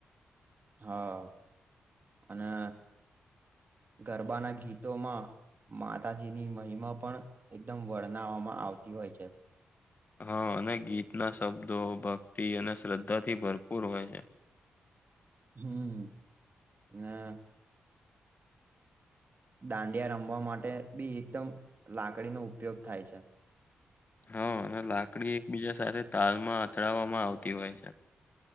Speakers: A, on the right; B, on the left.
A: હા અને ગરબાના ગીતોમાં માતાજીની મહિમા પણ એકદમ વર્ણવામાં આવતી હોય છે.
B: હા અને ગીતના શબ્દો ભક્તિ અને શ્રદ્ધાથી ભરપૂર હોય છે.
A: હમ્મ ને દાંડિયા રમવા માટે બી એકદમ લાકડીનો ઉપયોગ થાય છે.
B: હા અને લાકડી એકબીજા સાથે તાલમાં અથડાવવામાં આવતી હોય છે.